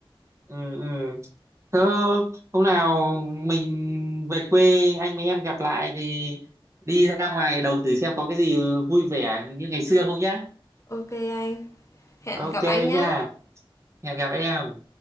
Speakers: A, on the right (about 30°); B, on the left (about 30°).
A: ừ ừ Thế hôm nào mình về quê anh với em gặp lại thì đi ra ngoài đồng thử xem có cái gì vui vẻ như ngày xưa không nhá
B: OK anh, hẹn
A: ok
B: gặp anh nhá.
A: nha hẹn gặp em